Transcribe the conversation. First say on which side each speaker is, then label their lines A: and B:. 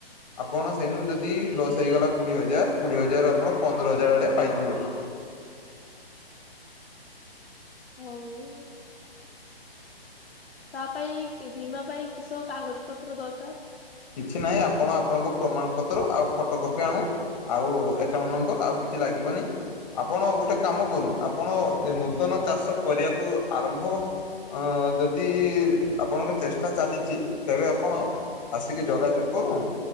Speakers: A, on the left; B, on the left.
A: ଆପଣ ସେଇନୁ ଯଦି ଲସ୍ ହେଇଗଲା କୋଡ଼ିଏ ହଜାର କୋଡ଼ିଏ ହଜାରରୁ ଆପଣ ପନ୍ଦର ହଜାର ଆଡ଼େ ପାଇଯିବେ।
B: ହଉ। ତା ପାଇଁ ବୀମା ପାଇଁ କିସ କାଗଜ ପତ୍ର ଦରକାର?
A: କିଛି ନାହିଁ ଆପଣ ଆପଣଙ୍କୁ ପ୍ରମାଣପତ୍ର। ଆଉ ଫଟୋ କପି ଆଣୁ ଆଉ ଏକଉଣ୍ଟ ନମ୍ବର। ଆଉ କିଛି ଲାଗିବନି। ଆପଣ ଗୋଟେ କାମ କରୁନ୍ତୁ। ଆପଣ ଏ ନୂତନ ଚାଷ କରିବାକୁ ଆରମ୍ଭ ଯଦି ଆପଣଙ୍କ ଚେଷ୍ଟା ଚାଲିଛି ତେବେ ଆପଣ ଆସିକି ଯୋଗାଯୋଗ କରୁନ୍ତୁ।